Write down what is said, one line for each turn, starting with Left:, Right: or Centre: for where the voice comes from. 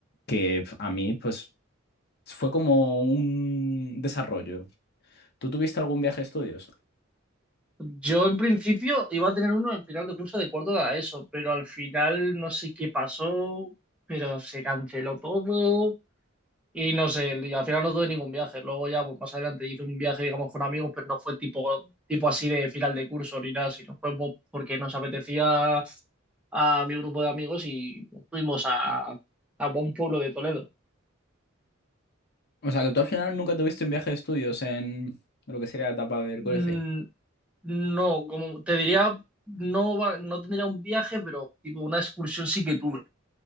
Left: que pf, a mí, pues fue como un desarrollo. ¿Tú tuviste algún viaje de estudios?
Centre: Yo en principio iba a tener uno al final de curso de cuarto de la ESO, pero al final no sé qué pasó, pero se canceló todo Y no sé, y al final no tuve ningún viaje. Luego ya pues, más adelante hice un viaje, digamos, con amigos, pero no fue tipo, tipo así de final de curso ni nada, sino fue po- porque nos apetecía a mi grupo de amigos y fuimos a, a un pueblo de Toledo.
Left: O sea, que tú al final nunca tuviste un viaje de estudios en lo que sería la etapa del
Centre: Mm,
Left: colegio.
Centre: no, como te diría, no, va- no tendría un viaje, pero tipo una excursión sí que tuve,